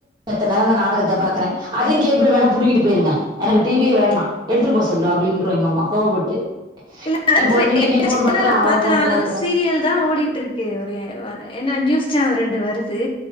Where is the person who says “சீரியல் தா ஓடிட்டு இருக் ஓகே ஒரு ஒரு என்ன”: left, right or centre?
Left